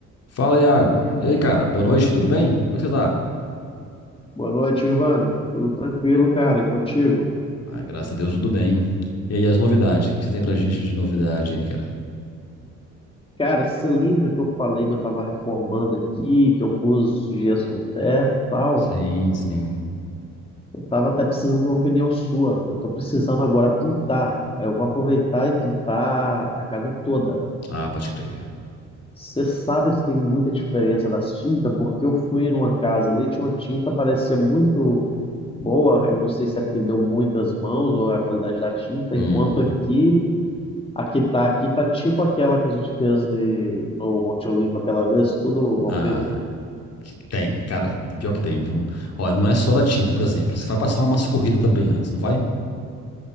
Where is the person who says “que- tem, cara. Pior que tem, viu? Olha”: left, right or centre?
Left